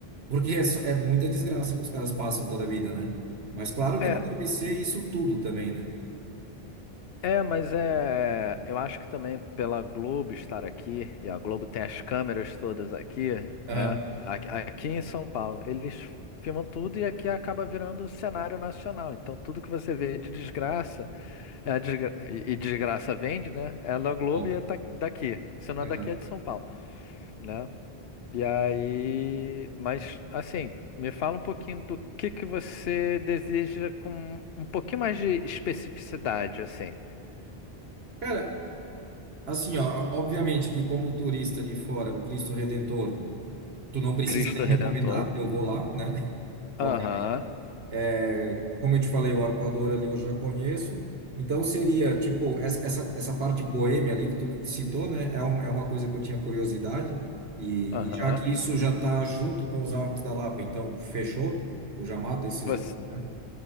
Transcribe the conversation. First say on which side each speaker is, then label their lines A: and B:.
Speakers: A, on the right; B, on the left.
A: Porque é, só- é muita desgraça que os caras passam toda a vida, né? Mas claro
B: é,
A: que não deve ser isso tudo também, né?
B: É, mas é. Eu acho que também pela Globo estar aqui, e a Globo tem as câmeras todas aqui, né?
A: Ah.
B: Aqui, aqui em São Paulo, eles filmam tudo e aqui acaba virando cenário nacional. Então, tudo que você vê de desgraça, é a desgra- e e desgraça vende, né? É da Globo
A: Bom,
B: e é ta- daqui. Se não é
A: Aham.
B: daqui, é de São Paulo, né? E aí. Mas, assim. Me fala um pouquinho do que que você deseja com um pouquinho mais de especificidade, assim.
A: Cara, assim, ó, obviamente que como turista de fora, o Cristo Redentor, tu não precisa
B: Cristo
A: nem
B: Redentor.
A: recomendar, eu vou lá, né? <laughs>
B: Aham,
A: É, como eu te falei, o arpoador ali eu já conheço. Então seria, tipo, essa, essa, essa parte boêmia ali que tu citou, né? É, um, é uma coisa que eu tinha curiosidade. E,
B: aham.
A: e já que isso já tá junto com os Arcos da Lapa, então fechou. Eu já mato esses
B: Você,
A: dois, né?